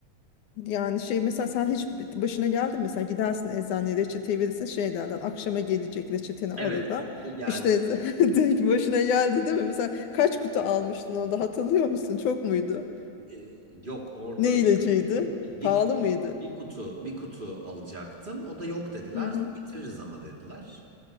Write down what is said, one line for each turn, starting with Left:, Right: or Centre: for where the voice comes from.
Left: Yani şey mesela sen hiç başına geldi mi? Mesela gidersin eczaneye reçeteyi verirsin şey derler. Akşama gelecek reçeteni alırlar.
Right: Evet o, o geldi
Left: İşte <laughs> direkt başına geldi değil mi? Mesela kaç kutu almıştın onu da hatırlıyor musun? Çok muydu?
Right: Ee, yok orada
Left: Ne ilacıydı?
Right: bir
Left: Pahalı
Right: kutu,
Left: mıydı?
Right: bir kutu bir kutu alacaktım. O da yok dediler.
Left: Hı hı.
Right: Getiririz ama dediler.